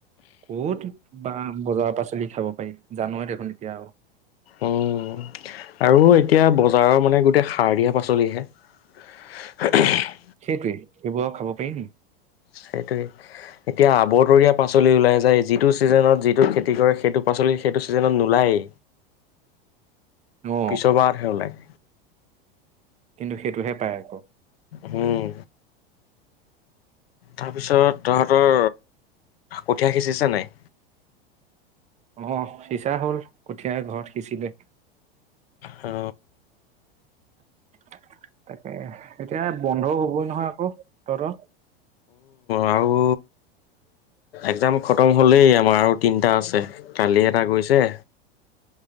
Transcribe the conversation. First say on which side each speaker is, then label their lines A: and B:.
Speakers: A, on the right; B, on the left.
A: ক'ত বা বজাৰৰ পাচলি খাব পাৰি জানোৱেই দেখোন এতিয়া আৰু।
B: উম আৰু এতিয়া বজাৰৰ মানে গোটেই সাৰ দিয়া পাচলি হে। <inaudible>
A: সেইটোৱে সেইবোৰ আৰু খাব পাৰি নেকি?
B: সেইটোৱেই। এতিয়া আৱতৰীয়া পাচলি ওলাই যায়। যিটো ছিজনত যিটো খেতি কৰে সেইটো পাচলি সেইটো চিজনত নোলায়েই
A: অ
B: পিছৰ বাৰতহে ওলায়।
A: কিন্তু সেইটোহে পায় আকৌ।
B: হম। তাৰপিছত তহতৰ কঠীয়া সিঁচিছে নাই?
A: অ সিঁচা হ'ল কঠিয়া ঘৰত সিঁচিলে।
B: অ।
A: <inaudible> তাকে এতিয়া বন্ধও হ'বই নহয় আকৌ তহঁতৰ।
B: আৰু একজাম খতম। হ'লেই আমাৰ আৰু তিনিটা আছে, কালি এটা গৈছে।